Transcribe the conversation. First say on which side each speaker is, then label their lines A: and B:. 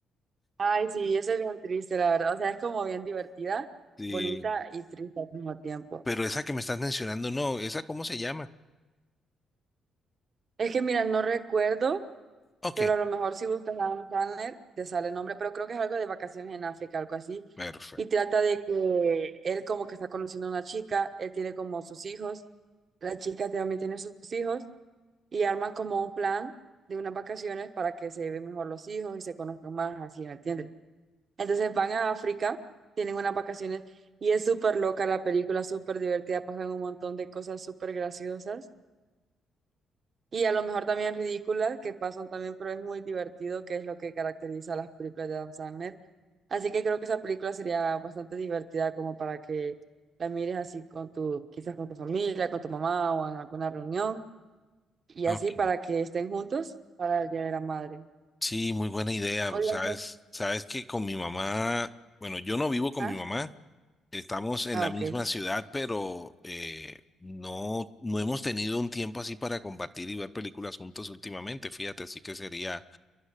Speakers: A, on the right; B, on the left.
A: Ay, sí, esa es bien triste, la verdad. O sea, es como bien divertida,
B: Sí.
A: bonita y triste al mismo tiempo.
B: Pero esa que me estás mencionando, no, ¿esa cómo se llama?
A: Es que, mira, no recuerdo.
B: Ok,
A: Pero a lo mejor si buscas Adam Sandler, te sale el nombre, pero creo que es algo de vacaciones en África, algo así.
B: perfecto.
A: Y trata de que él como que está conociendo a una chica, él tiene como sus hijos, la chica también tiene sus hijos, y arman como un plan de unas vacaciones para que se lleven mejor los hijos y se conozcan más, así, ¿me entiendes? Entonces van a África, tienen unas vacaciones, y es súper loca la película, súper divertida, pasan un montón de cosas súper graciosas. Y a lo mejor también ridículas que pasan también, pero es muy divertido, que es lo que caracteriza a las películas de Adam Sandler. Así que creo que esa película sería bastante divertida como para que la mires así con tu, quizás con tu familia, con tu mamá o en alguna reunión y
B: Ok.
A: así para que estén juntos para el Día de la Madre.
B: Sí, muy buena idea.
A: O
B: Sabes,
A: Día de-
B: sabes que con mi mamá, bueno, yo no vivo con
A: ¿Ah?
B: mi mamá, estamos en
A: Ah,
B: la
A: ok.
B: misma ciudad, pero eh, no, no hemos tenido un tiempo así para compartir y ver películas juntos últimamente, fíjate, así que sería